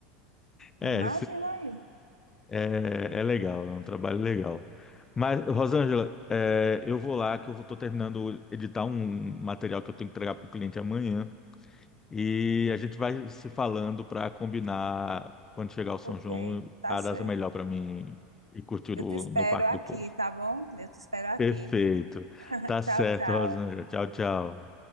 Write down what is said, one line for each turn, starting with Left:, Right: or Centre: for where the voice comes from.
Left: É,
Right: Imagina aí.
Left: É, é legal, é um trabalho legal. Mas, Rosângela, é, eu vou lá que eu estou terminando de editar um material que eu tenho que entregar para o cliente amanhã e a gente vai se falando para combinar quando chegar o São
Right: Ok,
Left: João
Right: tá
Left: a
Right: certo.
Left: data melhor para mim e curtir
Right: Eu
Left: o-
Right: te espero
Left: no Parque
Right: aqui,
Left: do Povo.
Right: tá bom? Eu te espero aqui.
Left: Perfeito.
Right: <laughs>
Left: Tá
Right: Tchau,
Left: certo,
Right: tchau.
Left: Rosângela. Tchau, tchau.